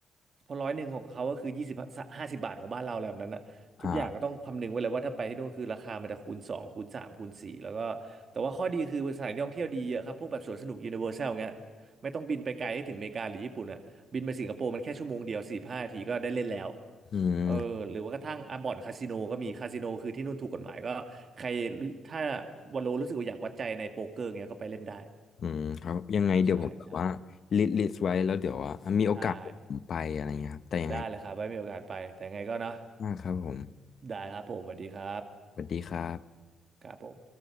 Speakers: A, on the right (about 45°); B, on the left (about 50°).
A: เพอร้อยหนึ่งของเขาก็คือยี่สิบห้าสิบบาทของบ้านเราอะไรแบบนั้นน่ะทุกอย่างก็ต้องคำนึงไว้เลยว่าถ้าไปให้นู่นคือราคามันจะคูณสองคูณสามคูณสี่แล้วก็
B: อ่า
A: แต่ว่าข้อดีคือสถานที่ท่องเที่ยวดีเยอะครับพวกแบบสวนสนุกยูนิเวอร์แซลเงี้ยไม่ต้องบินไปไกลให้ถึงอเมริกาหรือญี่ปุ่นอ่ะบินไปสิงคโปร์มันแค่ชั่วโมงเดียวสี่ห้านาทีก็ได้เล่นแล้ว
B: อืม
A: เออหรือว่ากระทั่งอ่ะบ่อนคาสิโนก็มีคาสิโนคือที่นู่นถูกกฎหมายก็ใครถ้าวาโลรู้สึกว่าอยากวัดใจในโป๊กเกอร์เงี้ยก็ไปเล่นได้
B: อืมครับยังไงเดี๋ยวผมแบบว่า
A: ใช่ใช่
B: ลิสต์ลิสต์ไว้แล้วเดี๋ยวว่ามีโอกาสเดี๋ยวผมไปอะไรเงี้ยครับแต่ยังไง
A: ได้ได้เลยครับไว้มีโอกาสไปแต่ไงก็เนาะ
B: มากครับผม
A: ได้ครับผมสวัสดีครับ
B: สวัสดีครับ
A: ครับผม